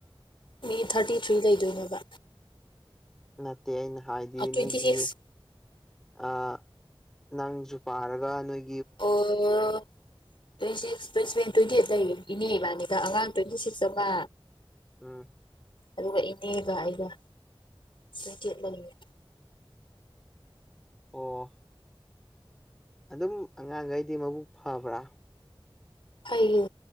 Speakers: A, on the left (about 65°); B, in the centre.
A: ꯃꯤ ꯊꯥꯔꯇꯤ ꯊ꯭ꯔꯤ ꯂꯩꯗꯣꯏꯅꯦꯕ
B: ꯅꯠꯇꯦ ꯑꯩꯅ ꯍꯥꯏꯗꯤ
A: ꯇ꯭ꯋꯦꯟꯇꯤ
B: ꯅꯣꯏꯒꯤ
A: ꯁꯤꯛꯁ
B: ꯑꯥ ꯅꯪꯁꯨ ꯄꯥꯔꯒ ꯅꯣꯏ
A: ꯑꯣ <unintelligible> twenty six twenty seven twenty eight ꯂꯩꯌꯦ ꯏꯅꯦ ꯏꯕꯥꯅꯤꯒ ꯑꯉꯥꯡ ꯇ꯭ꯋꯦꯟꯇꯤ ꯁꯤꯛꯁ ꯑꯃꯥ
B: ꯎꯝ
A: ꯑꯗꯨꯒ ꯏꯅꯦꯒ ꯑꯩꯒ ꯇ꯭ꯋꯦꯟꯇꯤ ꯑꯩꯠ ꯂꯩꯌ‌ꯦ
B: ꯑꯣ ꯑꯗꯨꯝ ꯑꯉꯥꯡꯒꯩꯗꯤ ꯃꯕꯨꯛ ꯐꯕ꯭ꯔꯥ
A: ꯐꯩꯌꯦ